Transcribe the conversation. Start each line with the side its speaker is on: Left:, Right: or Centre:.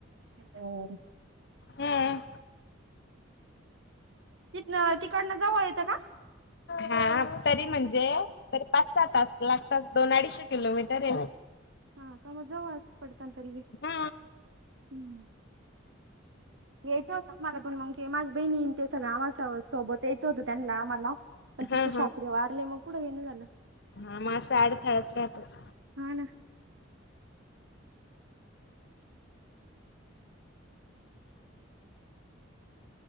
Right: बर.
Left: ह.
Right: तिथन तिकडनं जवळ येतं का..
Left: हा तरी म्हणजे तरी पाच स तास लागतात दोन अडीचशे किलोमीटर आहे..
Right: हा कामज वाच पडतातरी
Left: हा
Right: हम्म.. यायचं होतं आम्हाला पण मग ते माझ्या बहिणी ते सगळं आम्हा सोबत यायचं होतं त्यांना आम्हाला.. पण
Left: हा
Right: तिचे सासरे
Left: हा
Right: वारले मग कुडं हेण झालं..
Left: हा माझं अडथळ्यात राहतो <inaudible>
Right: हा ना